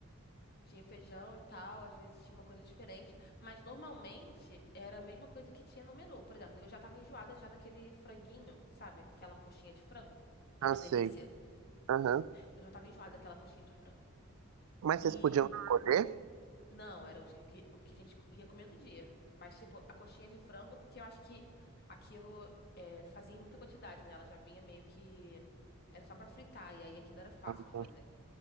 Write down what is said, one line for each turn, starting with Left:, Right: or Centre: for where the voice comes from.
Left: Tinha feijão e tal, às vezes tinha uma coisa diferente, mas normalmente era a mesma coisa que tinha no menu. Por exemplo, eu já tava enjoada já daquele franguinho, sabe? Aquela coxinha de frango, que
Right: Ah,
Left: é uma
Right: sei.
Left: delícia.
Right: Aham.
Left: Eu já tava enjoada daquela coxinha de frango.
Right: Mas
Left: E
Right: vocês podiam escolher?
Left: não, era o, di- o que, o que a gente ia comer no dia. Mas, tipo, a coxinha de frango, porque eu acho que aquilo é, fazia em muita quantidade, né? Ela já vinha meio que. Era só pra fritar, e aí aquilo era fácil
Right: Ah, então,
Left: de fazer.